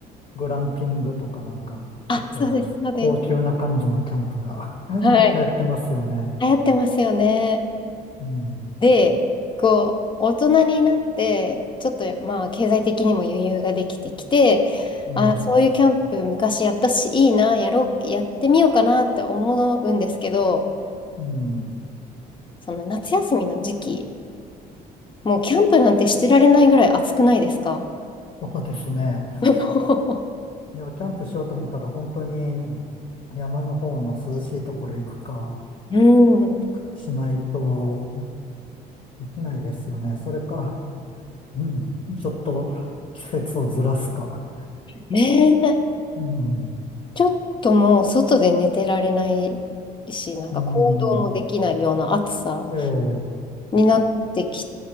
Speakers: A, on the left; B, on the left.
A: グランピングとかなんか、
B: あ、
A: ちょっと高級な感じのキャンプが
B: そうです、そうです。
A: <laughs> 流行ってますよね。
B: はい。流行ってますよね。
A: うん。
B: で、こう、大人になって、ちょっとまあ、経済的にも余裕ができてきて、
A: うん。
B: あ、そういうキャンプ昔やったし、いいな、やろう、やってみようかなって思うんですけど、
A: うん。
B: その夏休みの時期、もうキャンプなんてしてられないぐらい暑くないですか
A: そうですね。
B: <laughs> も
A: いや、キャンプしようと思ったら本当に山の方の涼しいところ行くか
B: う、うん。
A: しないとできないですよね。それか、うん。ちょっと季節をずらすか。
B: ねえ、
A: うん。
B: ちょっともう外で寝てられないし、なんか行動もできないような暑さ
A: うん。ええ。
B: になってき